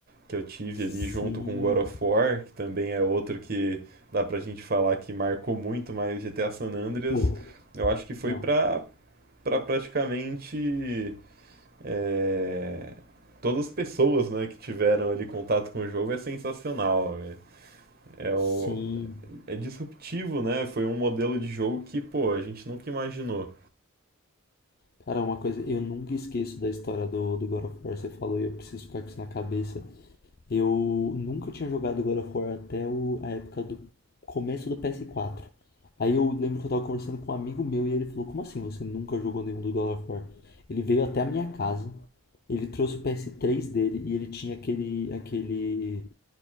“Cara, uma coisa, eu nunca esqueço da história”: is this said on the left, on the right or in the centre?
Left